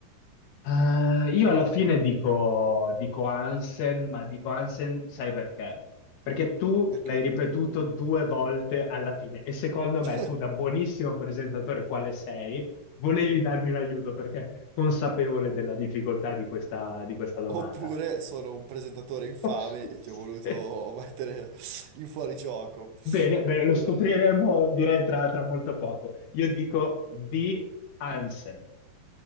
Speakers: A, on the left (about 75°); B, on the right (about 80°).
A: Eh, io alla fine dico, dico Hansen, ma dico Hansen, sai perché? Perché tu
B: perché?
A: l'hai ripetuto due volte alla fine e secondo me
B: <laughs>
A: tu da buonissimo presentatore quale sei, volevi darmi un aiuto perché consapevole della difficoltà di questa, di questa domanda.
B: Oppure sono un presentatore infame
A: <laughs>
B: e ti ho voluto <laughs> mettere in fuorigioco.
A: Bene, bene, lo
B: Eh,
A: scopriremo direi tra, tra molto poco. Io dico di Hansen.